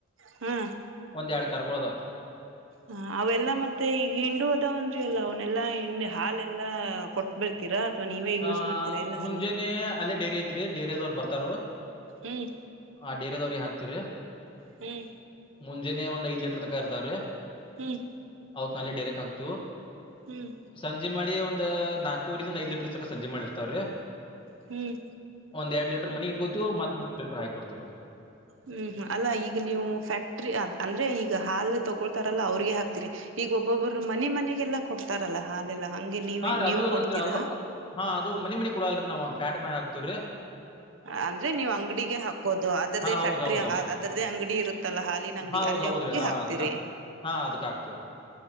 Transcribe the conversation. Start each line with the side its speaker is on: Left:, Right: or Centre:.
Right: ಹ್ಮ್
Left: ಒಂದ ಯಾಡ ಕರ್ಗೋಳ ಅದಾವ್ರಿ.
Right: ಹ ಅವೆಲ್ಲಾ ಮತ್ತೆ ಈಗ ಹಿಂಡು ಹದಾವಂದರಿ ಅಲ್ಲ ಅವನೆೆಲ್ಲಾ ಹಂಡ ಹಾಲೆಲ್ಲಾ. ಕೊಟ್ ಬಿಡ್ತೀರಾ ಅಥವಾ ನೀವೇ ಯೂಸ್
Left: ಆ
Right: ಮಾಡ್ತೀರಾ ಎಲ್ಲ
Left: ಮುಂಜೇನಿ
Right: ಹಾಲು
Left: ಅಲ್ಲೇ ಡೇರಿ ಐತ್ರಿ ಡೇರೆದವ್ರು ಬರ್ತಾರು.
Right: ಹ್ಮ್
Left: ಹ ಡೇರೆದವ್ರಿಗ ಹಾಕ್ತೇವ್ರಿ.
Right: ಹ್ಮ್
Left: ಮುಂಜಾನಿ ಒಂದ್ ಐದ್ ಲೀಟರ್ ತಕ ಇರ್ತಾವ್ರೀ.
Right: ಹ್ಮ್
Left: ಅವೌತ್ ನಾಲಿ ಡೇರೆಕ್ ಹಾಕ್ತವ್ಯೂ.
Right: ಹ್ಮ್
Left: ಸಂಜಿ ಮಾಡಿ ಒಂದ್ ನಾಕುವರಿದಿಂದ ಐದ್ ಲೀಟರ್ ಸಕ ಸಂಜಿ ಮಾಡಿರ್ತಾವ್ರಿ.
Right: ಹ್ಮ್
Left: ಒಂದ್ ಎರಡ್ ಲೀಟರ್ ಮನಿಗ ಇಟ್ಕೋತಿವ ಮತ್ ಮೂರ್ ಲೀಟರ್ ಹಾಕ ಬಿಡ್ತತಿವ್ರಿ.
Right: ಹ್ಮ್ ಹ್ಮ್ ಅಲ್ಲಾ ಈಗ ನೀವು ಫ್ಯಾಕ್ಟ್ರಿ ಅದ ಅಂದ್ರೆ ಈಗ ಹಾಲ್ ತಗೊಳ್ತಾರಲ್ಲ ಅವ್ರಗೆ ಹಾಕ್ತಿರಿ. ಈಗ ಒಬ್ಬೊಬ್ಬರು ಮನೆ ಮನೆಗೆಲ್ಲಾ ಕೊಡ್ತಾರಲ್ಲ ಹಾಲೆಲ್ಲಾ ಹಂಗೆ ನೀವೆ
Left: ಹಾ ರೀ
Right: ನೀವ
Left: ಅದು ಇರ್ತೈತ್ರಿ
Right: ಕೊಡ್ತೀರಾ.
Left: ಅದು ಅದು ಹಾ ಅದು ಮನಿಮನಿ ಕುಡಲ್ರಿ ನಾವು ಪ್ಯಾಟ ಮ್ಯಾಗ ಹಾಕ್ತಿವ್ರೀ.
Right: ಅಂದ್ರೆ ನೀವು ಅಂಗಡಿಗೆ ಹಾಕೋದು ಅದ್ರದೇ
Left: ಹಾ ಹೌದ್
Right: ಫ್ಯಾಕ್ಟ್ರಿ
Left: ಹೌದ್ ಹೌದ್ರಿ
Right: ಅದ್ರದೆ ಅಂಗಡಿ ಇರುತ್ತ. ತ್ತಲ್ಲ ಹಾಲಿನ ಅಂಗಡಿ
Left: ಹಾ ಹೌದ್
Right: ಅಲ್ಲೇ
Left: ಹೌದ್ರಿ
Right: ಹೋಗಿ
Left: ಹಾ
Right: ಹಾಕ್ತಿರಿ.
Left: ಅದಕ್ಕ ಹಾಕ್ ಹಾ ಅದಕ್ ಹಾಕ್ತಿವ್ರೀ